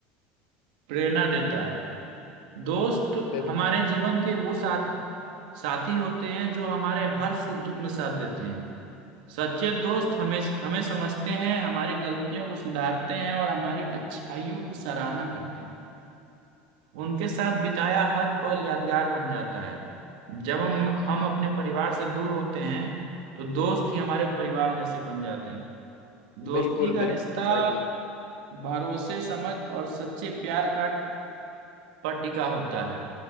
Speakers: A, on the right; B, on the left.
A: प्रेरणा देता है दोस्त
B: बिल-
A: हमारे जीवन के वो साथी साथी होते हैं जो हमारे हर सुख दुख में साथ देते हैं सच्चे दोस्त हमें हमें समझते हैं हमारी गलतियों को सुधारते हैं और हमारी अच्छाइयों की सराहना करते हैं उनके साथ बिताया हर पल यादगार बन जाता है जब हम हम अपने परिवार से दूर होते हैं तो दोस्त ही हमारे परिवार जैसे बन जाते हैं दोस्ती
B: बिल्कुल
A: का
B: बिल्कुल
A: रिश्ता
B: सही बात
A: भरोसे समझ और सच्चे प्यार का पर टिका होता है